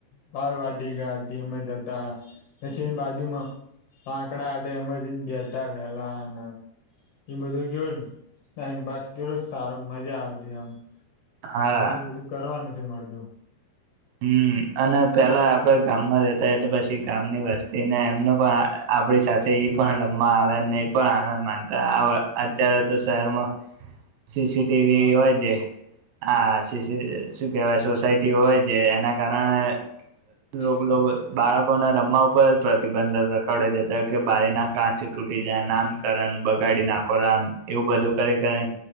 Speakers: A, on the left; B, on the right.
A: બાર વાટી ગયા હતી એમ જ હતા પછીની બાજુમાં આકડા હતા એમને બેતા વેલા અને એ બધો કે ટાઈમપાસ કે સારું મજા આવતી એમ.
B: હા
A: અને હવે એ બધું કરવાનું. મળતું.
B: હમ અને પેલા આપડે ગામમાં રહેેતા એતો પછી ગામની વસ્તીને એમનો પણ આપડી સાથે પણ રમવા આવેને એ પણ આનંદ માનતા આવ અત્યારે તો શહેરમાં સીસીટીવી
A: હા
B: હોય છે હા. શી શી શું કેવાય સોસાયટી હોય. જે એના કારણે લોક લોક બાળકોમાં રમવા ઉપર જ પ્રતિબંધ લખાડી દેતા કે બારી ના કાચ તૂટી જાય નામકરેને બગાડી નાખોરાન એવું બધું કરી કઈ.